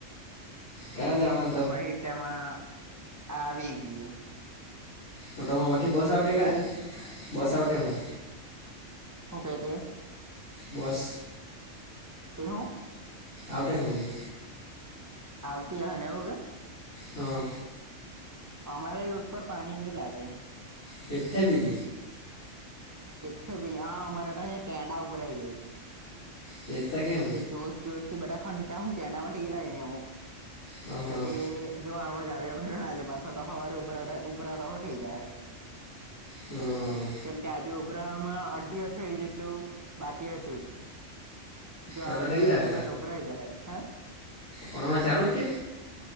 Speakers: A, on the left; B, on the right.
A: ક્યાં જવાનું
B: તો પછી તેમાં આવી ગયું.
A: મોટોમાં વઠી બસ આ આવટે કે
B: હે
A: આજ બસ આ આવટે હું
B: હ ક તે
A: બસ
B: એ હ
A: આટે હોઉજું.
B: આવતી હ એવું કે
A: હા
B: અમારે રૂટ પર પાણી નહી લાગે
A: કેથેબ ન
B: કે બ હ અરે એટ એ કેડા ઉપ હઈ જાય
A: કેતા કેમ
B: જોસસથી બધા ખ ક શું કે એના માટે કે લાગે નહી અમુક
A: હા
B: તો
A: હા
B: તે જો આવો જ આવ્યા ભને આજે પાસેો તો સવારે ઉભરા ઉભરા રહોઠઈ જાય.
A: હા
B: કેમ કે આજે ઉભરામાં અઢી અઠડી જેટલું બાકી હતું. જો
A: એટલે
B: અવાજ
A: થઈ
B: આવ્યા
A: જાય
B: કર ડઢોભરાઈ જાય હ
A: કોના ચારુંજ કે